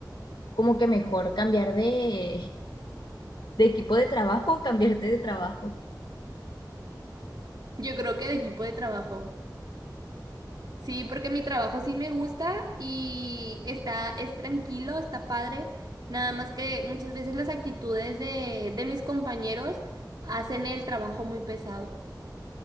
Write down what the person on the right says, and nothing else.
Yo creo que de equipo de trabajo. Sí, porque mi trabajo sí me gusta y está, es tranquilo, está padre. Nada más que muchas veces las actitudes de, de mis compañeros hacen el trabajo muy pesado.